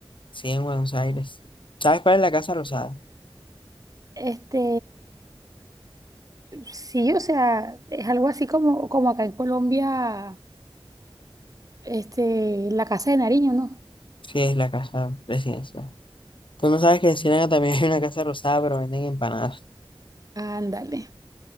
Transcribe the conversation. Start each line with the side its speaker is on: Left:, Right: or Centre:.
Left: Sí, en Buenos Aires. ¿Sabes cuál es la Casa Rosada?
Right: Este, Sí, o sea, es algo así como, como acá en Colombia, este, la Casa de Nariño, ¿no?
Left: Sí, es la casa presidencial. Tú no sabes que en Ciénaga también hay una casa rosada, pero venden empanadas.
Right: Ándale,